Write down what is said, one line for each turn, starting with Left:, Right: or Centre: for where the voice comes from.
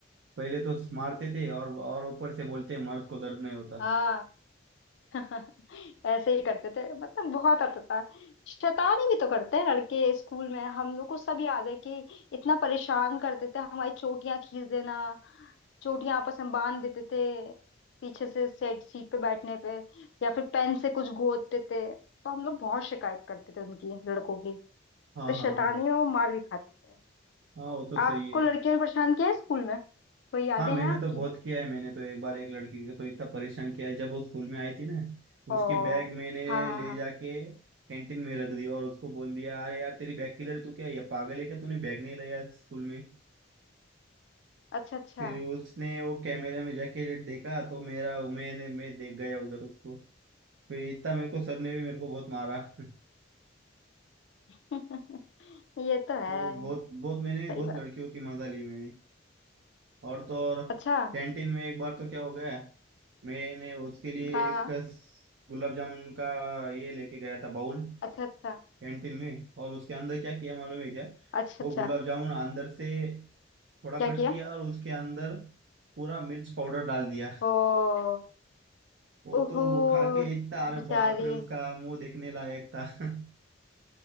Right: पहले तो मारते थे और और ऊपर से बोलते हैं, मर्द को दर्द नहीं होता
Left: हाँ <laughs> ऐसे ही करते थे मतलब बहुत आता था शैतानी भी तो करते हैं लड़के स्कूल में हम लोग को सब याद है कि इतना परेशान करते थे हमारी चोटियां खींच देना चोटियां आपस में बांध देते थे पीछे से सेट सीट पे बैठने पे या फिर पेन से कुछ गोदते थे तो हम लोग बहुत शिकायत करते थे उनकी लड़कों की
Right: हाँ
Left: तो शैतानी
Right: हाँ हाँ
Left: और मार भी खाते थे
Right: हाँ वो तो
Left: आपको
Right: सही है
Left: लड़कियों ने परेशान किया है स्कूल में कोई यादें
Right: हाँ
Left: हैं
Right: मैंने
Left: आपकी
Right: तो बहुत किया है मैंने तो एक बार एक लड़की को तो इतना परेशान किया है जब वो स्कूल में आई थी ना
Left: ओ
Right: उसकी बैग मैंने
Left: हाँ हाँ
Right: ले
Left: हाँ
Right: जाके कैंटीन में रख दी और उसको बोल दिया अरे यार तेरी बैग किधर है तू क्या ये पागल है क्या तूने बैग नहीं लाया स्कूल में
Left: अच्छा अच्छा
Right: फिर उसने वो कैमरे में जाके देखा तो मेरा मैंने मैं देख गया उधर उसको फिर इतना मेरे को सर ने भी मेरे को बहुत मारा <laughs>
Left: <laughs> ये तो है
Right: वो बहुत बहुत मैंने
Left: सही
Right: बहुत
Left: बात
Right: लड़कियों की मजा ली मैंने और तो और
Left: अच्छा हाँ
Right: कैंटीन में एक बार तो क्या हो गया मैंने उसके लिए
Left: हाँ
Right: एक गुलाब जामुन का ये लेके गया था बाउल
Left: अच्छा अच्छा
Right: कैंटीन में और उसके अंदर क्या किया मालूम है क्या
Left: अच्छा
Right: वो
Left: अच्छा
Right: गुलाब जामुन अंदर से थोड़ा
Left: क्या
Right: कट
Left: किया
Right: किया और उसके अंदर पूरा मिर्च पाउडर डाल दिया
Left: ओ
Right: वो
Left: ओहो
Right: तो वो खा के इतना अरे
Left: बेचारी
Right: बाप रे उसका मुंह देखने लायक था <laughs>